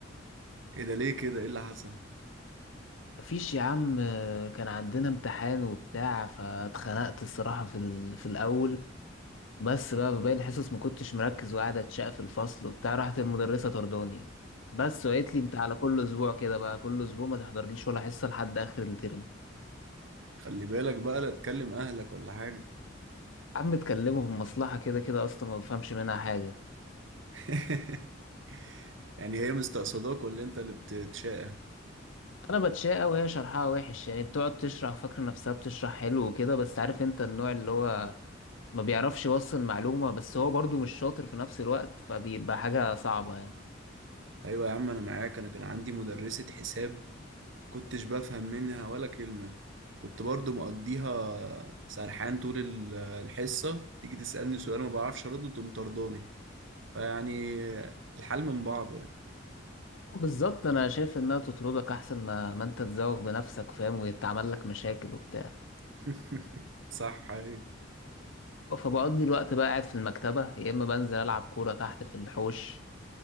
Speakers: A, on the right; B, on the left.
A: ايه ده ليه كده ايه اللي حصل
B: مفيش يا عم آه، كان عندنا امتحان وبتاع فاتخنقت الصراحه في ال... في الاول بس بقى في باقي الحصص ما كنتش مركز وقاعد اتشق في الفصل وبتاع راحت المدرسه طرداني بس وقالت لي انت على كل اسبوع كده بقى كل اسبوع ما تحضرليش ولا حصه لحد اخر الترم
A: خلي بالك بقى لا تكلم اهلك ولا حاجه
B: عم تكلمهم مصلحه كده كده اصلا ما بفهمش منها حاجه
A: <laughs> يعني هي مستقصداك ولا انت اللي بتتشاقى
B: انا بتشاء وهي شرحها وحش يعني بتقعد تشرح فاكره نفسها بتشرح حلو وكده بس عارف انت النوع اللي هو ما بيعرفش يوصل معلومه بس هو برضو مش شاطر في نفس الوقت فبيبقى حاجه صعبه يعني
A: ايوه يا عم انا معاك انا كان عندي مدرسه حساب كنتش بفهم منها ولا كلمه كنت برضو مقضيها سرحان طول ال- الحصه تيجي تسالني سؤال ما بعرفش ارده تقوم طرداني فيعني الحال من بعضه يعني
B: بالظبط انا شايف انها تطردك احسن ما ما انت تزوج بنفسك فاهم ويتعمل لك مشاكل وبتاع
A: <laughs> صح ايوه
B: فبقضي الوقت بقى قاعد في المكتبه يا اما بنزل العب كوره تحت في الحوش